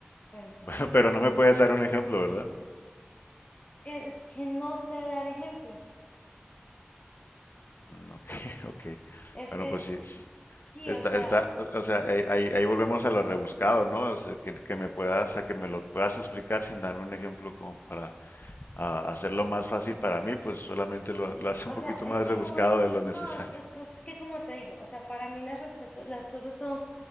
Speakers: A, on the left; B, on the left.
A: Pues sí,
B: Bueno, pero
A: es,
B: no me puedes dar un ejemplo, ¿verdad?
A: es que no sé dar ejemplos.
B: Mm, ok, <laughs> ok.
A: Es,
B: Bueno,
A: es,
B: pues sí, s-
A: sí,
B: está,
A: o sea,
B: está, o o sea, ahí, ahí- ahí volvemos a lo rebuscado, ¿no? O sea, que, que me puedas, a que me lo puedas explicar sin darme un ejemplo como para ah, hacerlo más fácil para mí, pues solamente lo, lo hace
A: o
B: un poquito
A: sea, es
B: más
A: que
B: rebuscado
A: como,
B: de lo
A: no,
B: necesario.
A: es, es,
B: <laughs>
A: es que como te digo, o sea, para mí las respuestas, las cosas son